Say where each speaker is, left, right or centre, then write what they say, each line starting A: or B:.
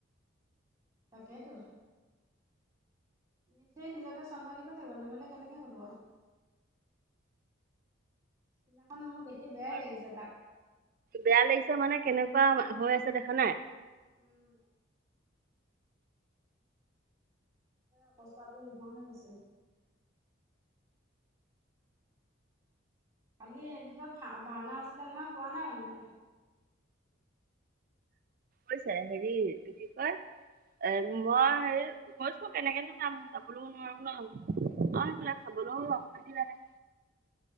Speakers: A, on the right; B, on the right.
A: তাকেতো। নিজে নিজকে চম্ভালিব লাগিব নহলে কেনেকে হব। সিনাখন মোৰ দেখি বেয়াই
B: আৰু
A: লাগিছে তাক।
B: বেয়া লাগিছে মানে কেনেকুৱা হৈ আছে দেখা নাই?
A: উম, অৱস্থাটো নোহোৱা হৈ গৈছে। কালি সেইটো তাত ভা-ভাওনা আছিলে নহয় কোৱা নাই এনেয়ে?
B: কৈছে হেৰি তো কি কয়? এ মই হেৰি কৈছো কেনেকেনো যাম যাবলৈও নোৱাৰো ন' অ', সেইবিলাগ খাবলেও অশান্তি লাগে।